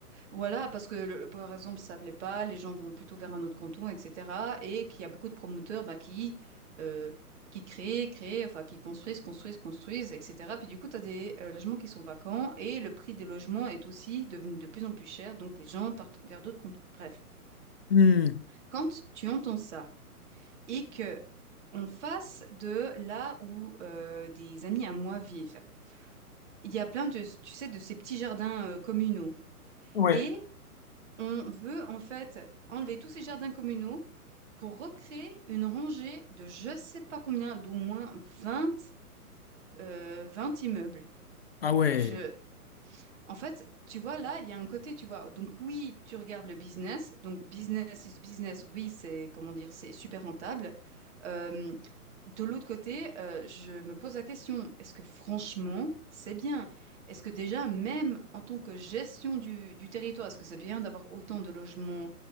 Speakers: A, on the right; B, on the left.
A: Voilà, parce que le- par exemple, ça plaît pas, les gens vont plutôt vers un autre canton, etc. Et qu'il y a beaucoup de promoteurs bah, qui, euh, qui créent, créent, enfin qui construisent, construisent, construisent, etc. Puis du coup, tu as des euh, logements qui sont vacants et le prix des logements est aussi devenu de plus en plus cher, donc les gens partent vers d'autres cantons. Bref,
B: Hmm.
A: quand tu entends ça et que on fasse de là où euh, des amis à moi vivent, il y a plein de, tu sais, de ces petits jardins euh, communaux.
B: Ouais.
A: Et On veut en fait enlever tous ces jardins communaux pour recréer une rangée de je sais pas combien, d'au moins 20, euh, 20 immeubles.
B: Ah ouais,
A: Je, en fait, tu vois, là, il y a un côté, tu vois. Donc, oui, tu regardes le business. Donc, business is business. Oui, c'est, comment dire, c'est super rentable. Euh, de l'autre côté, euh, je me pose la question, est-ce que franchement, c'est bien? Est-ce que déjà, même en tant que gestion du, du territoire, est-ce que c'est bien d'avoir autant de logements